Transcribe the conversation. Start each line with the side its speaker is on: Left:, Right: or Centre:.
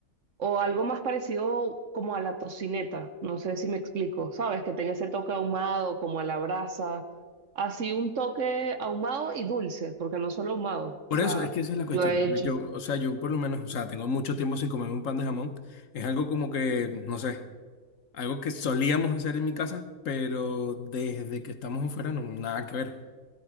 Right: o algo más parecido como a la tocineta. No sé si me explico, ¿sabes? Que tenga ese toque ahumado, como a la brasa. Así un toque ahumado y dulce, porque no solo ahumado. O
Left: Por
Right: sea,
Left: eso, es que esa es la
Right: yo
Left: cuestión.
Right: he
Left: porque
Right: hecho,
Left: Yo, o sea, yo por lo menos, o sea, tengo mucho tiempo sin comer un pan de jamón. Es algo como que, no sé. Algo que solíamos hacer en mi casa, pero desde que estamos afuera no, nada que ver.